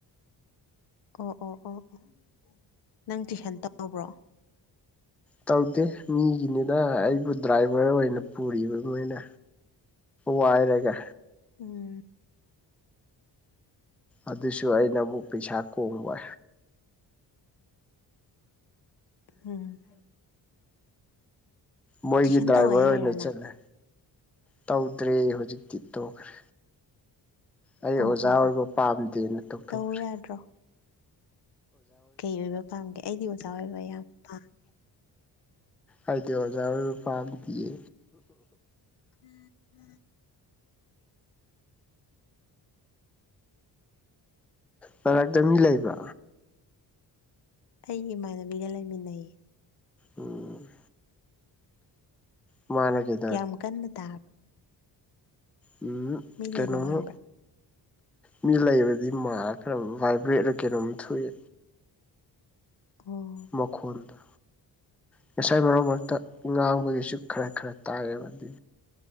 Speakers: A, on the left; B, in the centre.
A: ꯑꯣ ꯑꯣ ꯑꯣ ꯑꯣ ꯅꯪ ꯇꯨꯏꯁꯟ ꯇꯧꯔꯕ꯭ꯔꯣ
B: ꯇꯧꯗꯦ ꯃꯤꯒꯤꯅꯤꯅ ꯑꯩꯕꯨ ꯗ꯭ꯔꯥꯏꯚꯔ ꯑꯣꯏꯅ ꯄꯨꯔꯤꯕꯃꯣꯏꯅ ꯋꯥꯏꯔꯒ
A: ꯎꯝ
B: ꯑꯗꯨꯁꯨ ꯑꯩꯅ ꯑꯃꯨꯛ ꯄꯩꯁꯥ ꯀꯣꯡꯕ
A: ꯎꯝ
B: ꯃꯣꯏꯒꯤ
A: ꯇꯨꯏꯁꯟ
B: ꯗ꯭ꯔꯥꯏꯚꯔ
A: ꯇꯧꯋꯦ ꯍꯥꯏꯔꯣ
B: ꯑꯣꯏꯅ
A: ꯅꯪ
B: ꯆꯠꯂꯦ ꯇꯧꯗ꯭ꯔꯦ ꯍꯧꯖꯤꯛꯇꯤ ꯇꯣꯛꯈ꯭ꯔꯦ ꯑꯩ
A: ꯑꯣ
B: ꯑꯣꯖꯥ
A: ꯑꯣ
B: ꯑꯣꯏꯕ
A: ꯑꯣ
B: ꯄꯥꯝꯗꯦꯅ ꯇꯧꯊꯣꯛꯈ꯭ꯔꯦ
A: ꯇꯧ ꯌꯥꯗ꯭ꯔꯣ ꯀꯩ ꯑꯣꯏꯕ ꯄꯥꯝꯒꯦ ꯑꯩꯗꯤ ꯑꯣꯖꯥ ꯑꯣꯏꯕ ꯌꯥꯝ ꯄꯥꯝꯃꯦ
B: ꯑꯩꯗꯦ ꯍꯖꯔꯄꯥꯗꯤꯌꯦ
A: ꯎꯝꯝ
B: ꯃꯔꯔꯛꯇ ꯃꯤ ꯂꯩꯕ
A: ꯑꯩꯒꯤ ꯏꯃꯥꯟꯅꯕꯤꯒ ꯂꯩꯃꯤꯟꯅꯩꯌꯦ
B: ꯎꯝ ꯃꯥꯅ ꯆ
A: ꯀ ꯌꯥꯝ ꯀꯟꯅ ꯇꯥꯕ
B: ꯎꯝ
A: ꯃꯤ
B: ꯀꯩꯅꯣꯝꯃ
A: ꯂꯩꯕ ꯃꯥꯟꯕ꯭ꯔꯥ
B: ꯃꯤ ꯂꯩꯕꯗꯤ ꯃꯥ ꯈꯔ ꯚꯥꯏꯕ꯭ꯔꯦꯠꯅ ꯀꯩꯅꯣꯝ ꯊꯣꯛꯑꯦ
A: ꯑꯣ
B: ꯃꯈꯈꯣꯟꯗ ꯉꯁꯥꯏ ꯃꯔꯛ ꯃꯔꯛꯇ ꯉꯥꯡꯕꯒꯤꯁꯨ ꯈꯔ ꯈꯔ ꯇꯥꯡꯉꯦ ꯑꯗꯨ